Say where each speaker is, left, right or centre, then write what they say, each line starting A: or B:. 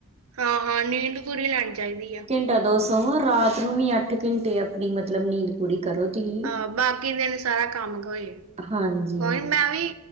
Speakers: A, on the right; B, on the right.
A: ਹਾਂ-ਹਾਂ ਨੀਂਦ ਪੂਰੀ ਲੈਣੀ ਚਾਹੀਦੀ ਆ।
B: ਕਦੋ ਸੋਹ ਰਾਤ ਨੂੰ ਵੀ ਅੱਠ ਘੰਟੇ ਆਪਣੀ ਮਤਲਬ ਨੀਂਦ ਪੂਰੀ ਕਰੋ ਦੀ।
A: ਆਹ ਬਾਕੀ ਦਿਨ ਸਾਰਾ ਕੰਮ ਕੋਈ,
B: ਹਾਂਜੀ
A: ਕੋਈ ਮੈਂ ਵੀ